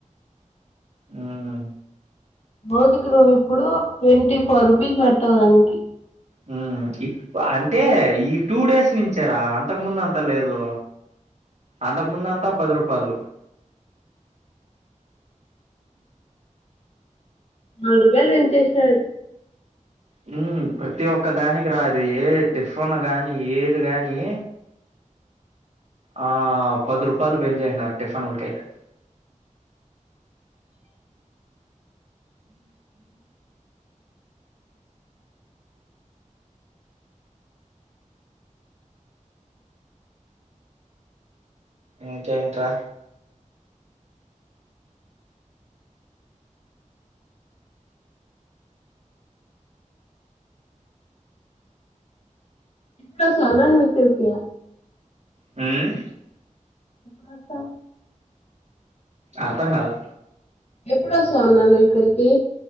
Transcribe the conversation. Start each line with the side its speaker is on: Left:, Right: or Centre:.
Right: ఊహు
Left: రోజుకు నువ్వు ఇప్పుడు ట్వంటీ ఫోర్ రూపీస్ పెడతావు దానికి
Right: హ్మ్ ఇప్పు అంటే ఈ టూ డేస్ నుంచేరా అంతకుముందు అంత లేదు అంతకుముందు అంతా పది రూపాయలు
Left: నాలుగు రూపాయలు పెంచేసినారు
Right: హ్మ్ ప్రతి ఒక్క దానికి రా అది ఏ టిఫిన్ గానీ ఏది గానీ ఆ పది రూపాయలు బెంచేసినారు టిఫిన్లకైతే ఇంకేంట్రా
Left: ఎప్పుడొస్తవన్న నువ్వు ఇక్కడికి
Right: హ్మ్
Left: ఎప్పుడొస్తావ్
Right: అర్థం కాలా
Left: ఎప్పుడు వస్తావన్న నేను ఏక్కడికి